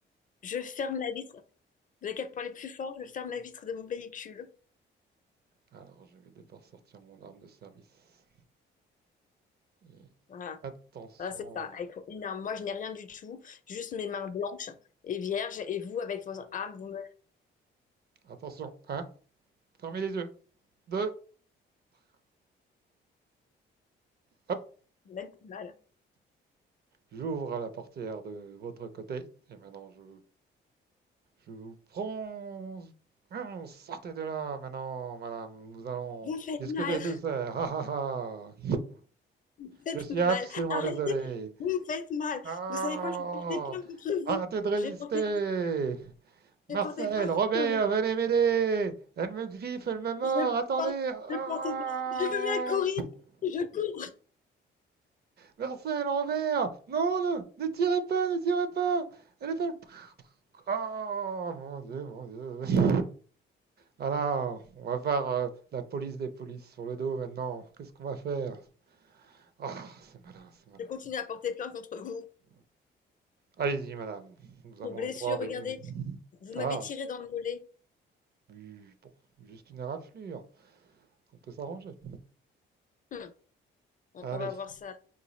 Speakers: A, on the left; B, on the right.
A: je ferme la vitre. Dès qu'elle parlait plus fort, je ferme la vitre de mon véhicule.
B: Alors, je vais devoir sortir mon arme de service. Et
A: Voilà,
B: attention,
A: Voilà, c'est ça. Avec une arme. Moi, je n'ai rien du tout, juste mes mains blanches et vierges. Et vous, avec votre arme, vous me
B: attention, Un, fermez les yeux. Deux, hop,
A: même faites mal.
B: j'ouvre la portière de votre côté. Et maintenant, je, je vous prends. Hum, Sortez de là maintenant, madame. Nous allons
A: Vous me faites
B: discuter
A: mal,
B: de tout ça. Ah, ah, ah.
A: vous me faites
B: Je suis absolument
A: mal. Arrêtez,
B: désolé.
A: vous me faites mal.
B: Non
A: Vous savez quoi? Je vais porter plainte contre
B: Arrêtez
A: vous.
B: de résister
A: Je vais porter,
B: Marcel,
A: je vais porter plainte
B: Robert,
A: contre vous.
B: venez m'aider Elle me griffe, elle me mord,
A: Je
B: attendez
A: porte, je
B: Ah
A: porte, je me mets à courir. Je, cou-
B: Marcel, Robert Non, ne, ne tirez pas, ne tirez pas Elle est folle Oh mon dieu, mon dieu Voilà, on va voir euh, la police des polices sur le dos maintenant. Qu'est-ce qu'on va faire Ah, c'est malin, c'est malin.
A: je continue à porter plainte contre vous
B: Allez-y, madame, nous avons
A: pour blessure.
B: le droit avec
A: Regardez,
B: nous.
A: vous m'avez
B: Ah,
A: tiré dans le mollet.
B: oui, bon, juste une raflure, on peut s'arranger.
A: Hmm. On,
B: Allez,
A: on va voir ça